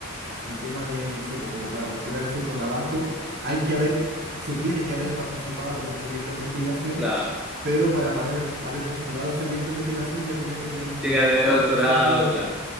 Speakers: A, on the right; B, in the centre.
A: el tema de, no sé, pues como para postular a cierto trabajo, hay que haber, se tiene que haber participado en algún proyecto de investigación,
B: claro,
A: pero para pare- haber postulado a ese proyecto de investigación ya tendrías que tener el doctorado
B: tengas
A: aprobado.
B: de doctorado,
A: Entonces, como
B: claro,